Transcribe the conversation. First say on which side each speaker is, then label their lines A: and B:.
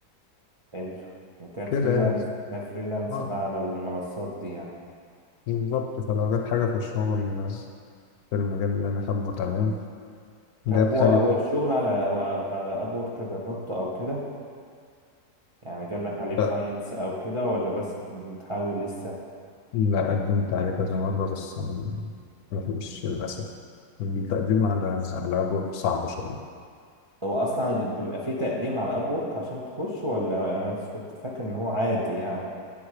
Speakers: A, on the right; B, on the left.
A: حلو كفريلانس
B: كده يعني
A: كفريلانس
B: اه
A: بقى على المنصات دي يعني
B: بالظبط فلو جت حاجة في الشغل في المجال اللي أنا حابه تمام
A: طب
B: جت
A: هو
B: حاجة
A: هو
B: في
A: الشغل على على ابورك جربته او كده يعني جالك عليه كلاينتس
B: لا
A: او كده ولا بس بتحاول لسه
B: لا، قدمت عليه كذا مرة بس يعني ما فيش للأسف التقديم على على أبورك صعب شوية
A: هو اصلا بيبقى فيه تقديم على ابورك عشان تخش ولا انا بس كنت فاكر ان هو عادي يعني